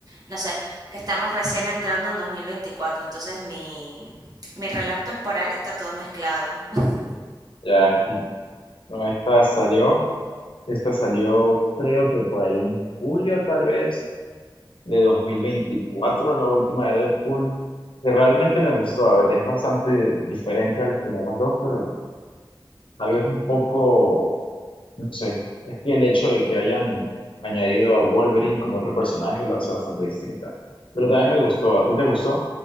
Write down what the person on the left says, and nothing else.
Ya, no, esta salió, esta salió creo que por ahí en julio tal vez de 2024 la última de Deadpool, que realmente me gustó. A ver, es bastante diferente a las primeras dos, pero tal vez un poco No sé, es que el hecho de que hayan añadido a Wolverine como otro personaje lo hace bastante distinta. Pero también me gustó, ¿a ti te gustó?